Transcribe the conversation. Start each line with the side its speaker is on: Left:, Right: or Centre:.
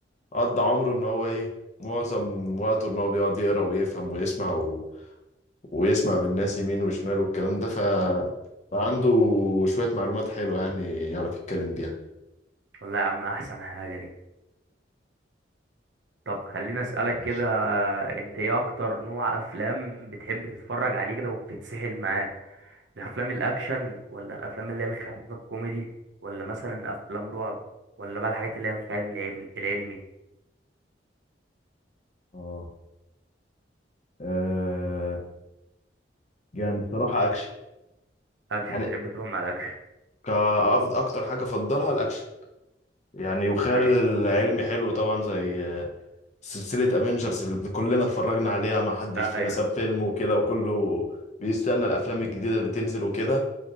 Left: قضى عمره ان هو ايه معظم وقته ان هو بيقعد يقرا ويفهم ويسمع و... ويسمع من الناس يمين وشمال والكلام ده ف... فعنده شوية معلومات حلوة يعني يعرف يتكلم بيها
Right: والله يا عم احسن حاجة دي طب خليني اسألك
Left: ماشي
Right: كده انت ايه اكتر نوع افلام بتحب تتفرج عليه كده وبتتسحل معاه الافلام الاكشن ولا الافلام اللي هي الخفيفة الكوميدي ولا مثلا افلام رعب ولا بقى الحاجات اللي هي الخيال العلم- العلمي
Left: اه آه، يعني بصراحة أكشن
Right: اكشن
Left: يعني
Right: بتحب تروح مع الاكشن
Left: كأفضل أكتر حاجة أفضلها الأكشن يعني وخيال
Right: ايوه
Left: العلمي حلو طبعا زي سلسلة افنجرز اللي كلنا اتفرجنا عليها ما حدش فينا
Right: ايوه
Left: ساب فيلم وكده وكله بيستنى الافلام الجديدة اللي تنزل وكده